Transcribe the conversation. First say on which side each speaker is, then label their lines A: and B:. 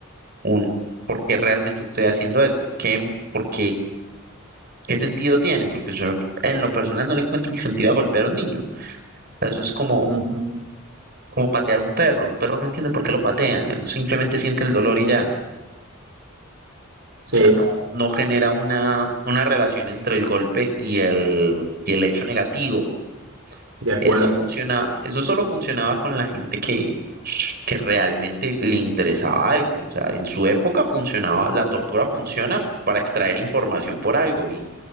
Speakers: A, on the right; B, on the right.
A: un ¿por qué realmente estoy haciendo esto? ¿Qué, por qué, qué sentido tiene? Porque pues yo en lo personal no le encuentro el sentido a golpear a un niño. O sea, eso es como,
B: ujú,
A: como patear a un perro, el perro no entiende por qué lo patean, él simplemente siente el dolor y ya.
B: Sí,
A: O sea, no, no genera una, una relación entre el golpe y el, y el hecho negativo
B: de acuerdo.
A: Eso funcionaba, eso solo funcionaba con la gente que, que realmente le interesaba algo. O sea, en su época funcionaba, la tortura funciona para extraer información por algo y